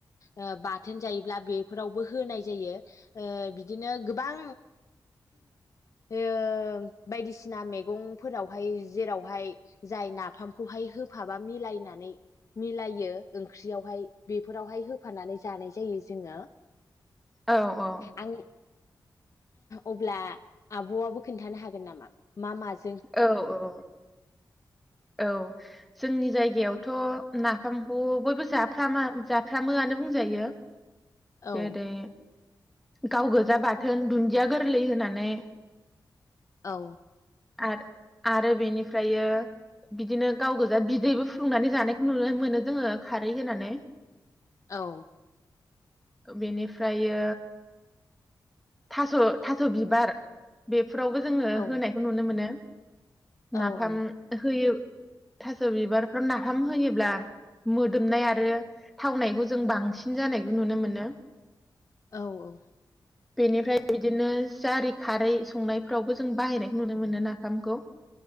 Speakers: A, on the left (about 45°); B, in the centre.
A: ओ बाथोन जायोब्ला बेफोरावबो होनाय जायो ओ बिदिनो गोबां ओ बायदिसिना मैगंफोरावहाय जेरावहाय जाय नाफामखौहाय होफाबा मिलायनानै मिलायो ओंख्रियावहाय बेफोरावहाय होफानानै जानाय जायो जोङो।
B: औ औ।
A: आं अब्ला आबआबो खोन्थानो हागोन नामा मा माज
B: औ औ औ जोंनि जायगायावथ' नाफामखौ बयबो जाफ्रामा जाफ्रामोआनो बुंजायो।
A: औ
B: जेरै गाव गोजा बाथोन दुन्दिया गोरलै होनानै
A: औ।
B: आरो आरो बेनिफ्रायो बिदिनो गाव गोजा बिदैबो फुदुंनानै जानायखौ नुनो मोनो जोङो खारै होनानै।
A: औ।
B: बेनिफ्रायो थास' थास' बिबार बे फोरावबो जोङो
A: औ
B: होनायखौ नुनो मोनो।
A: औ
B: नाफाम होयो। थास' बिबारफ्राव नाफाम होयोब्ला मोदोमनाय आरो थावनायखौ जों बांसिन जानायखौ नुनो मोनो।
A: औ औ।
B: बेनिफ्राय बिदिनो जारि खारै संनायफ्रावबो जों बाहायनायखौ नुनो मोनो नाफामखौ।